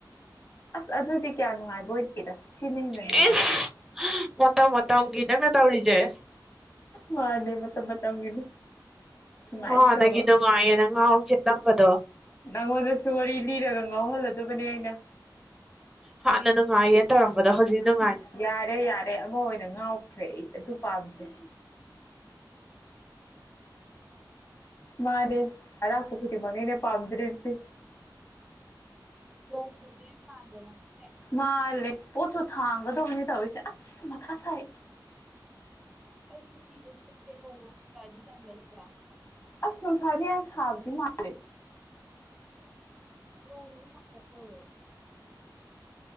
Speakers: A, on the left; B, in the centre.
A: ꯑꯁ ꯑꯗꯨꯗꯤ ꯀꯌꯥ ꯅꯨꯡꯉꯥꯏꯕ ꯑꯣꯏꯅꯤꯔ ꯁꯤꯅ ꯍꯦꯟꯅ ꯅꯨꯡꯉꯥꯏ
B: ꯏꯁ ꯃꯇꯝ ꯃꯇꯝꯒꯤ ꯅꯪꯅ ꯇꯧꯔꯤꯁꯦ
A: ꯃꯥꯅꯦ ꯃꯇꯝ ꯃꯇꯝꯒꯤꯅꯤ ꯏ
B: ꯍꯥꯟꯅꯒꯤ
A: ꯁꯕ
B: ꯅꯨꯡꯉꯥꯏꯌꯦꯅ ꯉꯥꯎ ꯆꯦꯜꯂꯝꯕꯗꯣ
A: ꯅꯪꯉꯣꯟꯗꯁꯨ ꯋꯥꯔꯤ ꯂꯤꯔꯒ ꯉꯥꯎꯍꯜꯂꯗꯕꯅꯦ ꯑꯩꯅ
B: ꯍꯥꯟꯅ ꯅꯨꯡꯉꯥꯏꯌꯦꯅ ꯇꯧꯔꯝꯕꯗꯣ ꯍꯧꯖꯤꯛ ꯅꯨꯡꯉꯥꯏ
A: ꯎꯝ ꯌꯥꯔꯦ ꯌꯥꯔꯦ ꯑꯃ ꯑꯣꯏꯅ ꯉꯥꯎꯈ꯭ꯔꯦ ꯑꯩ ꯑꯗꯨ ꯄꯥꯗ꯭ꯔꯦ ꯃꯥꯅꯦꯦ ꯑꯗꯄꯣ ꯈꯗꯤ ꯃꯅꯅꯦ ꯄꯥꯝꯗ꯭ꯔꯔꯤꯁꯤꯦ
B: ꯅꯣꯡ ꯆꯨꯗꯣꯏ ꯃꯥꯟꯕ꯭ꯔꯣ ꯉꯁꯤꯁꯦ
A: ꯃꯥꯂ ꯄꯣꯠꯁꯨ ꯊꯥꯡꯒꯗꯕꯅꯤ ꯇꯧꯔꯤꯁꯦ ꯑꯁ ꯃꯊꯥ ꯁꯥꯏ
B: ꯑꯩꯗꯤ ꯐꯤꯁꯦ ꯁꯨꯒꯦ ꯅꯣꯡ ꯃꯪꯉꯛꯑꯗꯤ ꯇꯟꯕꯁꯤꯗ
A: <unintelligible> ꯁꯗꯤ ꯑꯟꯁꯕꯗꯤ ꯃꯦ
B: ꯅꯣꯡꯁꯨ ꯃꯇ ꯇꯧꯋꯦ